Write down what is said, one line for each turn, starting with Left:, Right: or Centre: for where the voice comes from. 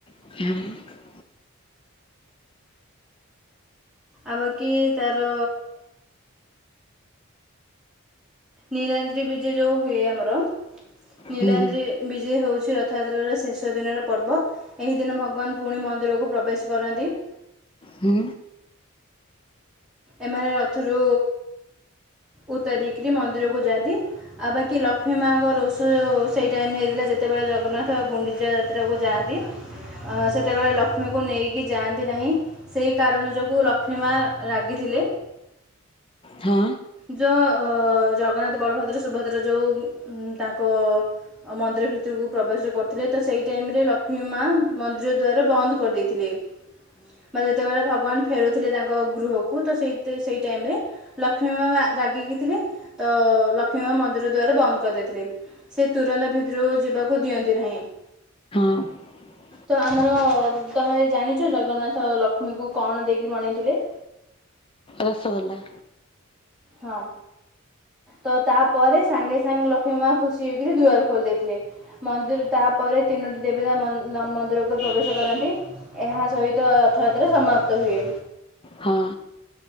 Left: ହୁଁ।
Centre: ଆଉ ବାକି ତାର ନୀଳନ୍ଦ୍ରି ବିଜେ ଯଉ ହୁଏ ଆମର, ନୀଳାନ୍ଦ୍ରି
Left: ହୁଁ ହୁଁ
Centre: ବିଜେ ହେଉଚି ରଥଯାତ୍ରାର ଶେଷ ଦିନର ପର୍ବ। ଏହି ଦିନ ଭଗବାନ ପୁଣି ମନ୍ଦିରକୁ ପ୍ରବେଶ କରନ୍ତି।
Left: ହୁଁ।
Centre: ଏମାନେ ରଥରୁ ଉତାରିକିରି ମନ୍ଦିରକୁ ଯାଆନ୍ତି। ଆଉ ବାକି ଲକ୍ଷ୍ମୀ ମାଆଙ୍କ ରୋଷ ସେଇ ଟାଇମ୍ ରେ ହେଇଥିଲା ଯେତେବେଳେ ଜଗନ୍ନାଥ ଆଉ ଗୁଣ୍ଡିଚା ଯା ଯାଆନ୍ତି। ସେତେବେଳେ ଲକ୍ଷ୍ମୀଙ୍କୁ ନେଇକି ଯାଆନ୍ତି ନାହିଁ। ସେହି କାରଣ ଯୋଗୁଁ ଲକ୍ଷ୍ମୀ ମା ରାଗିଥିଲେ।
Left: ହଁ।
Centre: ଯୋ ଜଗନ୍ନାଥ, ବଳଭଦ୍ର, ସୁଭଦ୍ରା ଯୋଉଁ ତାଙ୍କ ମନ୍ଦିର ଭିତରକୁ ପ୍ରବେଶ କରୁଥିଲେ, ତ ସେଇ ଟାଇମ୍ ରେ ଲକ୍ଷ୍ମୀ ମା ମନ୍ଦିର ଦ୍ୱାର ବନ୍ଦ କରିଦେଇ ଥିଲେ। ବା ଯେତେବେଳେ ଭଗବାନ ଫେରୁଥିଲେ ତାଙ୍କ ଗୃହକୁ ତ ସେ ସେଇ ଟାଇମ୍ ରେ ଲକ୍ଷ୍ମୀ ମା ମା ରାଗିକି ଥିଲେ, ତ ଲକ୍ଷ୍ମୀ ମା ମନ୍ଦିର ଦ୍ଵାରା ବନ୍ଦ କରିଦେଇଥିଲେ। ସେ ତୁରନ୍ତ ଭିତରୁକୁ ଯିବାକୁ ଦିଅନ୍ତି ନାହିଁ।
Left: ହଁ।
Centre: ତ ଆମର ତମେ ଜାଣିଚ ଜଗନ୍ନାଥ ଲକ୍ଷ୍ମୀଙ୍କୁ କଣ ଦେଇକି ମଣେଇଥିଲେ?
Left: ରସଗୋଲା।
Centre: ହଁ। ତ ତାପରେ ସାଙ୍ଗେ ସାଙ୍ଗେ ଲକ୍ଷ୍ମୀ ମା ଖୁସି ହେଇକିରି ଦୁଆର ଖୋଲି ଦେଇଥିଲେ। ମନ୍ଦିର ତାପରେ ତିନୋଟି ଦେବତା ମ ମନ୍ଦିରକୁ ପ୍ରବେଶ କରନ୍ତି। ଏହା ସହିତ ରଥଯାତ୍ରା ସମାପ୍ତ ହୁଏ।
Left: ହଁ।